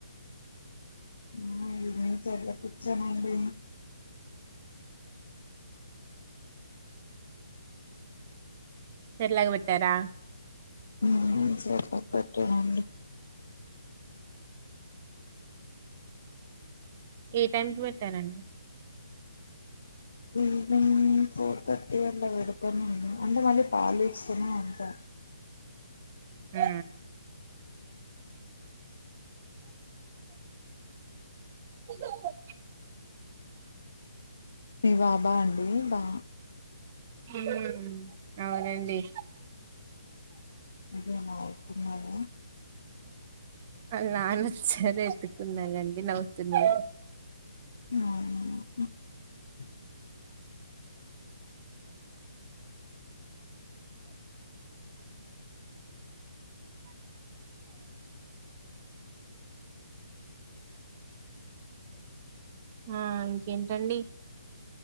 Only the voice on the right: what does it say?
సర్ లాగ్గ్ పెట్టాఅరా
ఏ టైమ్ కి పెట్టారన అండ్
మ్ హిసోవే
ఉహు అవున్ అండి
వాళ్ నాన్న వచ్చార్ ఎత్తుకున్నార్ అండి నవ్వుతు ఉన్నా
ఆ ఇంకేటఅండి